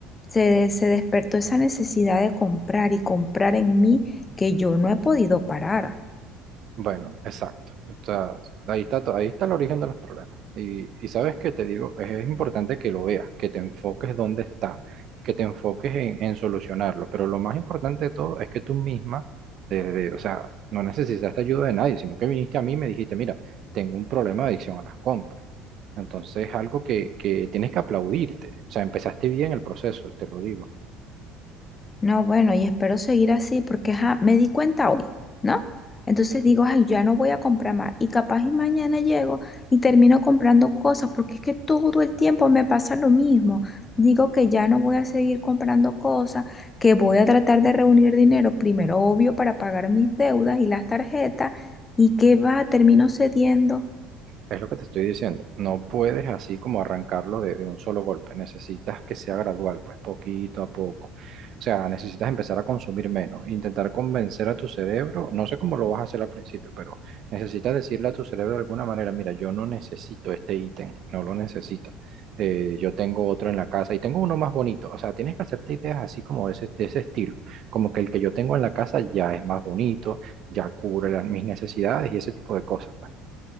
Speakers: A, on the left (about 30°); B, on the right (about 55°).
A: se, se despertó esa necesidad de comprar y comprar en mí que yo no he podido parar.
B: Bueno, exacto. Está- ahí está, to- ahí está el origen de los problemas. Y, y sabes que te digo, es, es importante que lo veas, que te enfoques dónde está y que te enfoques en, en solucionarlo. Pero lo más importante de todo es que tú misma, desde, o sea, no necesitaste ayuda de nadie, sino que viniste a mí y me dijiste, mira, tengo un problema de adicción a las compras. Entonces es algo que, que tienes que aplaudirte. O sea, empezaste bien el proceso, te lo digo.
A: No, bueno, y espero seguir así porque ajá, me di cuenta hoy, ¿no? Entonces digo, ay, ya no voy a comprar más. Y capaz y mañana llego y termino comprando cosas porque es que todo el tiempo me pasa lo mismo. Digo que ya no voy a seguir comprando cosas, que voy a tratar de reunir dinero, primero obvio, para pagar mis deudas y las tarjetas, y que va, termino cediendo.
B: Es lo que te estoy diciendo. No puedes así como arrancarlo de, de un solo golpe. Necesitas que sea gradual, pues poquito a poco. O sea, necesitas empezar a consumir menos, intentar convencer a tu cerebro. No sé cómo lo vas a hacer al principio, pero necesitas decirle a tu cerebro de alguna manera, mira, yo no necesito este ítem, no lo necesito. Eh, yo tengo otro en la casa y tengo uno más bonito. O sea, tienes que hacerte ideas así como de ese, de ese estilo. Como que el que yo tengo en la casa ya es más bonito, ya cubre las, mis necesidades y ese tipo de cosas. pues.